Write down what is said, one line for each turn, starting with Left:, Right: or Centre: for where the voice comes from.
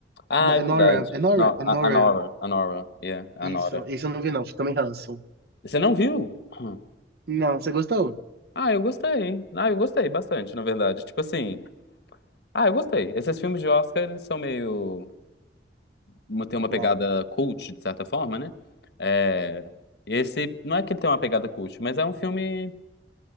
Left: Ah,
Right: No-
Left: é verdade.
Right: Nora, é Nora?
Left: Não,
Right: É Nora.
Left: a, a Nora, a Nora, yeah, a
Right: Isso,
Left: Nora.
Right: isso eu não vi, não. Também ranço.
Left: Você não viu? Hum.
Right: Não, você gostou?
Left: Ah, eu gostei. Ah, eu gostei bastante, na verdade. Tipo assim, Ah, eu gostei. Esses filmes de Oscar, eles são meio. uma- Tem uma pegada
Right: Uau.
Left: cult, de certa forma, né? É... Esse, não é que ele tem uma pegada cult, mas é um filme